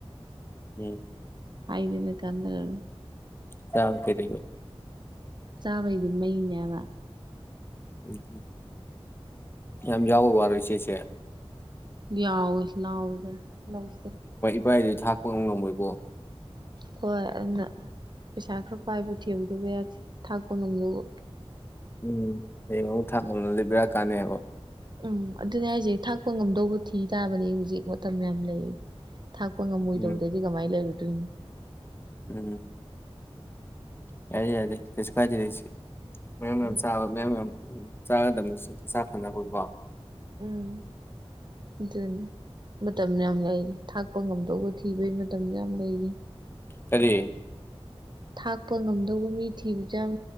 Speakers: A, on the left; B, on the right.
A: ꯎꯝ
B: ꯍꯥꯏꯗꯅ ꯀꯥꯟꯅꯔꯔ‌ꫭꯏ
A: ꯆꯥꯕꯅ ꯀꯩ ꯀꯩ ꯑꫭꯏ
B: ꯆꯥꯕꯩꯗꯤ ꯃꯩꯅꯦꯕ
A: ꯎꯝ ꯌꯥꯝ ꯂꯥꯎꯕꯩ ꯋꯥꯔꯣ ꯏꯆꯦꯁꯦ
B: ꯌꯥꯎꯌ‌ꯦ ꯂꯥꯎꯌ‌ꯦ ꯂꯕꯨꯛꯇ
A: ꯀꯔꯥꯏꯗꯩ ꯊꯥꯛꯄ ꯉꯝꯃꯣꯏꯕꯣ
B: ꯍꯣꯏ ꯑꯗꯨꯅ ꯄꯩꯁꯥ ꯈꯔ ꯄꯥꯏꯕ ꯊꯦꯡꯎꯧꯗꯕ ꯌꯥꯗꯦ ꯊꯥꯛꯄ ꯉꯝꯅꯕ
A: ꯎꯝ ꯍꯩꯌ‌ꯦꯡꯃꯨꯛ ꯊꯥꯡꯄꯉꯝꯗ꯭ꯔꯗꯤ ꯕ‌ꯦꯔꯥ ꯀꯥꯟꯅ‌ꯦꯕ
B: ꯎꯝ ꯑꯗꯨꯅꯦ ꯍꯥꯁꯦ ꯊꯥꯛꯄ ꯉꯝꯗꯧꯕ ꯊꯤ ꯇꯥꯕꯅꯦ ꯍꯧꯖꯤꯛ ꯃꯇꯝ ꯌꯥꯝ ꯂꯩ ꯊꯥꯛꯄ ꯉꯝꯃꯣꯏꯗꯧꯕꯗꯗꯤ
A: ꯎꯝ
B: ꯀꯃꯥꯏꯅ ꯂꯩꯔꯨꯗꯣꯏꯅꯣ
A: ꯎꯝ ꯌꯥ ꯌꯥꯌ‌ꯦ ꯀꯩꯁꯨ ꯀꯥꯏꯗ‌ꯦꯗꯥ ꯏꯆ‌ꯦ ꯃꯔꯝ
B: ꯎꯝ
A: ꯆꯥꯕꯥ ꯃꯌꯝ ꯎꯝ ꯆꯥꯒꯗꯕꯅꯤ ꯏꯆ‌ꯦ ꯆꯥꯛꯇꯅꯕꯀꯣ
B: ꯎꯝ ꯑꯗꯨꯅꯤ ꯃꯇꯝ ꯌꯥꯝ ꯂꯩꯔꯤ ꯊꯥꯛꯄ ꯉꯝꯗꯧꯕ ꯊꯤꯕꯒꯤ ꯃꯇꯝ ꯌꯥꯝ ꯂꯩꯔꯤ
A: ꯀꯔꯤ
B: ꯊꯥꯛꯄ ꯉꯝꯗꯧꯕ ꯃꯤ ꯊꯤꯕꯁꯨ ꯌꯥꯝ